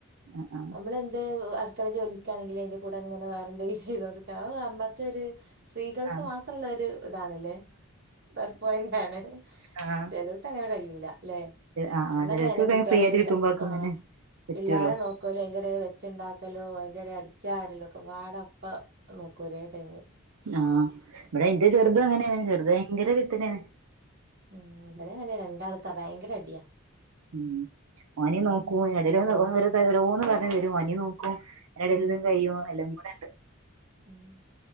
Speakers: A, on the right (about 85°); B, on the right (about 50°).
A: ആഹ് ആഹ്
B: നമ്മളെന്ത് അടുക്കള ജോലിക്കാണെങ്കിൽ അതിന്റെ കൂടെ അങ്ങനെ വേറെ എന്തെങ്കിലും ചെയ്തു കൊടുക്ക അത് നമ്മക്കൊരു സ്ത്രീകൾക്ക്
A: ആ
B: മാത്രള്ള ഒരു ഇതാണല്ലേ പ്ലസ് പോയിന്റ് ആണ്
A: ആഹ്
B: ചേലോ അങ്ങനെ കഴൂലല്ലെ
A: ആ ആ
B: നമ്മളൊക്കെ
A: ചിലർക്കൊക്കെ
B: അങ്ങനെ കുട്ടികളെ
A: ഫ്രീ ആയിട്ട്
B: പി
A: ഇരിക്കുമ്പോക്കെ
B: ആ
A: ഇങ്ങനെ പറ്റുള്ളൂ
B: പിള്ളോരെ നോ ക്കെ ഓല് അയിന്റ എടേല് വെ വെച്ച്ണ്ടാക്കലോ അതിന്റെടെ അടിച്ച് വാരല് ഒക്കെ. പാട ഒപ്പം നോക്കും ഒരേ ടൈമ്
A: ആഹ് ഇവിടെ എന്റെ ചെറുത് അങ്ങനെയാണ് ചെറുത് ഭയങ്കര പിത്തനെയാണ്
B: ഉം ഇവിടെങ്ങനെ രണ്ടാള്ത്താ ഭയങ്കരം അടിയാ
A: ഉം ഓനിം നോക്കും അതിന്റെ എടേൽ ഒരോന്ന് പറഞ്ഞ് വരും ഓനി നോക്കൂ ക്കും അതിന്റെ ഇടേൽ
B: ഉം
A: ഇതും കഴിയും എല്ലാം കൂടെ ഉണ്ട്
B: ഉം